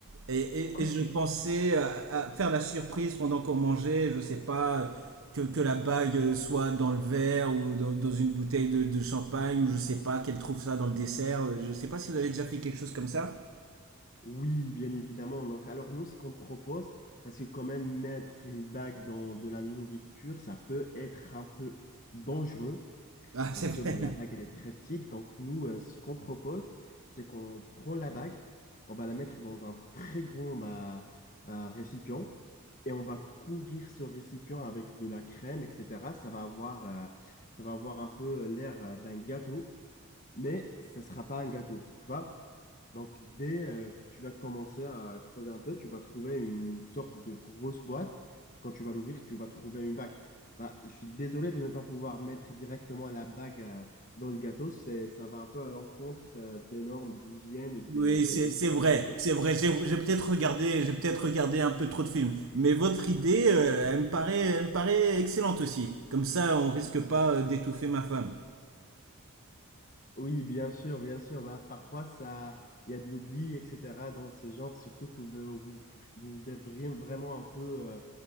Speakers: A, on the right; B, on the left.
A: Et, et-
B: Ok.
A: et je pensais à, à faire la surprise pendant qu'on mangeait, je sais pas, que, que la bague soit dans le verre ou dans, dans une bouteille de, de champagne, ou je sais pas, qu'elle trouve ça dans le dessert. Euh, Je sais pas si vous avez déjà fait quelque chose comme ça.
B: Oui, bien évidemment. Donc, alors nous, ce qu'on propose, parce que quand même mettre une bague dans de la nourriture, ça peut être un peu dangereux,
A: Ah, <laughs> c'est
B: parce que
A: vrai.
B: bah, la bague, elle est très petite. Donc, nous, euh, ce qu'on propose, c'est qu'on prend la bague, on va la mettre dans un très grand bah, euh, récipient, et on va couvrir ce récipient avec de la crème, etc. Ça va avoir, euh, ça va avoir un peu euh, l'air euh, d'un gâteau, mais ça ne sera pas un gâteau, tu vois? Donc, dès euh, que tu vas commencer à creuser un peu, tu vas trouver une sorte de grosse boîte. Quand tu vas l'ouvrir, tu vas trouver une bague. Bah, je suis désolé de ne pas pouvoir mettre directement la bague euh, dans le gâteau. C'est, ça va un peu à l'encontre euh, des normes d'hygiène et, des-
A: Oui, c'est
B: et de
A: c'est vrai,
B: sécurité.
A: c'est vrai. J'ai j'ai peut-être regardé, j'ai peut-être regardé un peu trop de films, mais votre idée, euh, elle me paraît, elle me paraît excellente aussi. Comme ça, on risque pas euh, d'étouffer ma femme.
B: Oui, bien sûr, bien sûr. Bah, parfois, ça, il y a de l'oubli, etc. dans ce genre, surtout que vous, vous, vous êtes vra- vraiment un peu euh,